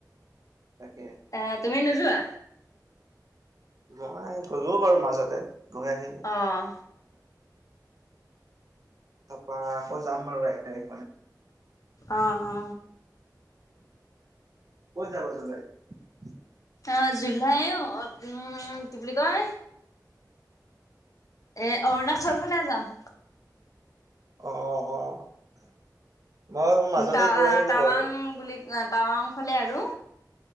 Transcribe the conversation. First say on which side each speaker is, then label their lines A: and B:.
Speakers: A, on the right (about 55°); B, on the left (about 50°).
A: তাকে।
B: আ, তুমি নোযোৱা?
A: নাই, গলো বাৰু মাজতে। গৈ আহিলো।
B: অহ।
A: তাৰপা, আকৌ যাম বাৰু একটাই
B: অ, অ।
A: কত যাবা <unintelligible>
B: আ, জুলাই অ, উম, কি বুলি কয়। এ, অৰুণাচল ফালে যাম।
A: অ', অ', মই মাজতে
B: টাৱা-টাৱাং
A: গৈ আহিলো বাৰু।
B: বুলি টাৱাংফালে আৰু।